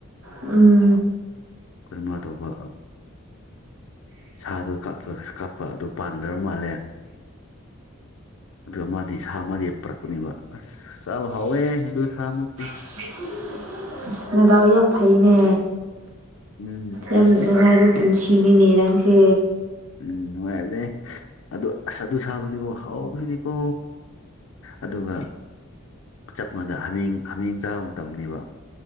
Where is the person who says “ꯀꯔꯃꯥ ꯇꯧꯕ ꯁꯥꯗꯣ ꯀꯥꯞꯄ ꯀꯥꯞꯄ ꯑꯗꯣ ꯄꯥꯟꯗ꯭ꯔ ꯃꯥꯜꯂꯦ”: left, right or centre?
Left